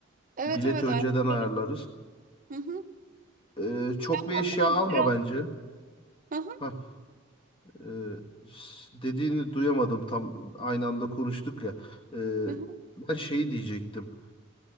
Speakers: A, on the right; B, on the left.
A: Evet
B: Bileti
A: evet.
B: önceden
A: ayarlarım.
B: ayarlarız.
A: Hı hı.
B: Ee, çok bir
A: Hatta
B: eşya alma
A: biraz
B: bence.
A: Aha,
B: Hah, e, s- dediğini duyamadım tam aynı anda konuştuk ya. Ee,
A: aha,
B: ben şeyi diyecektim.